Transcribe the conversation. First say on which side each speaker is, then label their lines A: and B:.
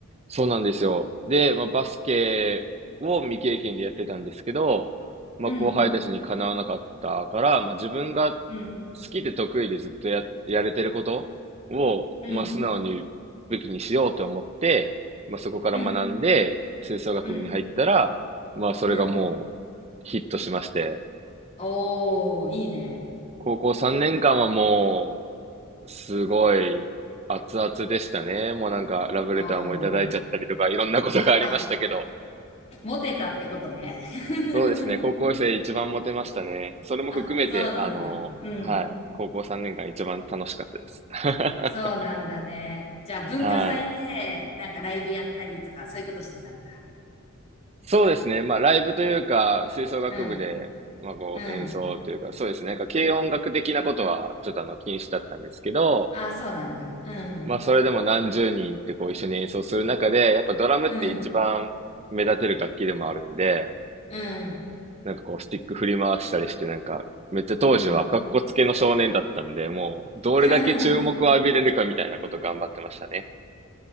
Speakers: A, on the right; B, on the left.
A: そうなんですよ。で、まあ、バスケを未経験でやってたんですけど、まあ、
B: うん、
A: 後輩たちにかなわなかったから、まあ、自分が
B: うん。
A: 好きで得意でずっとや、やれてることを、
B: うん、
A: まあ、素直に武器にしようと思って、まあ、そこから学んで、
B: うん、
A: 吹奏楽部に入ったら、
B: うん、
A: まあ、それがもうヒットしまして、
B: うん。おー、いいね。
A: 高校3年間はもう、すごい熱々でしたね。もうなんか、ラブレターもいただいちゃったりとか、
B: おー。
A: いろんなことがありましたけど。
B: あ、モテたってことね。<laughs>
A: そうですね、高校生一番モテましたね。それも含めて、
B: あ、そうなんだ。
A: あの、
B: うん。
A: はい、高校3年間一番楽しかったです。<laughs>
B: そうなんだね。じゃあ、文化祭で、
A: はい。
B: なんかライブやったりとか、そういうことしてたんだ。
A: そうですね、まあ、ライブというか、吹奏楽部で、
B: うん、
A: まあ、こう、
B: うん。
A: 演奏というか、そうですね、なんか軽音楽的なことは、ちょっとあの、禁止だったんですけど、
B: あ、そうなんだ。うん、
A: まあ、それでも何十人ってこう、一緒に演奏する中で、やっぱドラムって一番目立てる楽器でもあるんで、
B: うん、うん、
A: なんかこう、スティック振り回したりして、なんか、めっちゃ当時は格好つけの少年だったんで、
B: うん。
A: もう、どれだけ注目を浴びれるかみたいなこと頑張ってましたね。
B: <laughs>